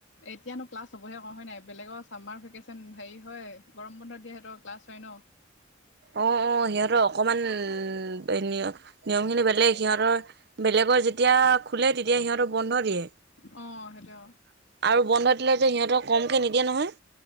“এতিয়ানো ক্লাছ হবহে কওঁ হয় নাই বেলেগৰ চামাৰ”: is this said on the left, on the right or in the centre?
Left